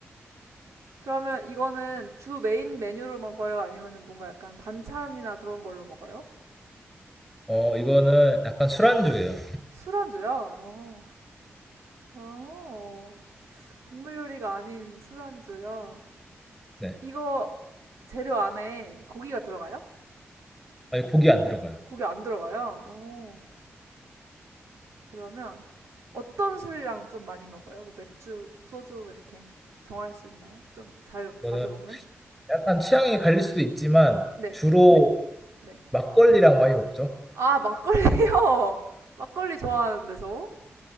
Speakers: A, on the right; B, in the centre.
A: 그러면 이거는 주 메인 메뉴로 먹어요? 아니면은 뭔가 약간 반찬이나 그런 걸로 먹어요?
B: 어, 이거는 약간 술안주예요.
A: 술안주요? 어. 어. 국물 요리가 아닌 술안주요.
B: 네.
A: 이- 이거 재료 안에 고기가 들어가요?
B: 아니, 고기 안 들어가요.
A: 고기 안 들어가요? 어. 그러면 어떤 술이랑 좀 많이 먹어요? 뭐 맥주, 소주 이렇게 정할 수 있나요? 좀 자유,
B: 이거는
A: 자주 먹는?
B: 약간 취향이 갈릴 수도 있지만
A: 네,
B: 주로
A: 네.
B: 막걸리랑 많이 먹죠.
A: 아, 막걸리요! <laughs> 막걸리 좋아하는데 저?